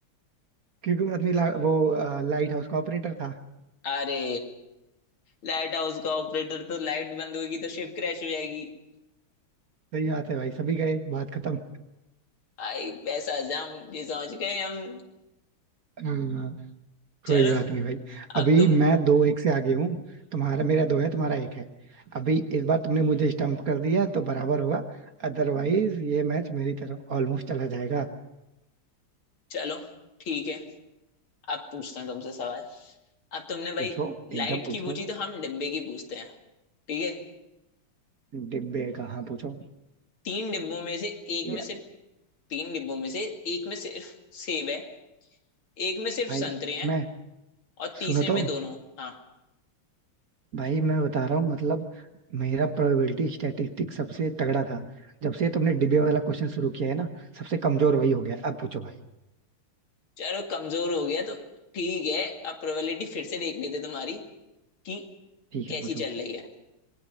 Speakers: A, on the right; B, on the left.
A: क्योंकि वो आदमी ला, वो लाइट हाउस का ऑपरेटर था
B: अरे लाइट हाउस का ऑपरेटर तो लाइट बंद होगी तो शिप क्रैश हो जाएगी
A: सही बात है भाई सभी गए बात खत्म
B: भाई पैसा जम ये समझ गए हम
A: हाँ,
B: चलो
A: कोई बात नहीं भाई अभी
B: अब तुम
A: मैं दो एक से आगे हूँ तुम्हारा मेरा दो है तुम्हारा एक है अभी इस बार तुमने मुझे स्टम्प कर दिया तो बराबर हुआ अदरवाइज ये मैच मेरी तरफ ऑलमोस्ट चला जाएगा
B: चलो ठीक है अब पूछते हैं तुमसे सवाल अब तुमने
A: पूछो
B: भाई लाइट
A: एकदम पूछो
B: की पूछी तो हम डिब्बे की पूछते हैं ठीक है
A: डिब्बे का हाँ पूछो
B: तीन डिब्बों में से एक
A: यार
B: में सिर्फ तीन डिब्बों में से एक में सिर्फ सेब है एक में सिर्फ
A: भाई
B: संतरे हैं
A: मैं
B: और तीसरे
A: सुनो
B: में
A: तो
B: दोनों हाँ
A: भाई मैं बता रहा हूँ मतलब मेरा प्रोबेबिलिटी स्टैटिस्टिक्स सबसे तगड़ा था जब से तुमने डिबे वाला क्वेश्चन शुरू किया है ना सबसे कमजोर वही हो गया है। अब पूछो भाई
B: चलो कमजोर हो गया तो ठीक है अब प्रोबेबिलिटी फिर से देख लेते तुम्हारी कि
A: ठीक
B: कैसी
A: है पूछो
B: चल रही है